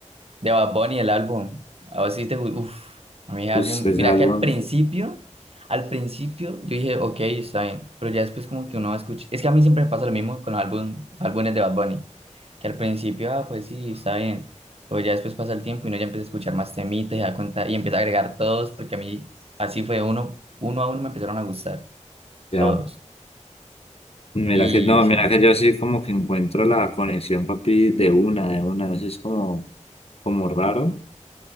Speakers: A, on the right; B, on the left.
A: de Bad Bunny, el álbum. A vos sí te gu- uf, a mí el
B: Pues,
A: álbum.
B: ese
A: Mira
B: álbum,
A: que al principio, al principio yo dije, ok, está bien, pero ya después como que uno va a escuchar. Es que a mí siempre me pasa lo mismo con los álbum, álbumes de Bad Bunny, que al principio, ah, pues sí, está bien, pero ya después pasa el tiempo y uno ya empieza a escuchar más temitas y da cuenta y empieza a agregar todos, porque a mí así fue uno, uno a uno me empezaron a gustar,
B: ya.
A: todos.
B: Mira
A: Y
B: que no,
A: sí.
B: mira que yo sí como que encuentro la conexión, papi, de una, de una, así es como, como raro.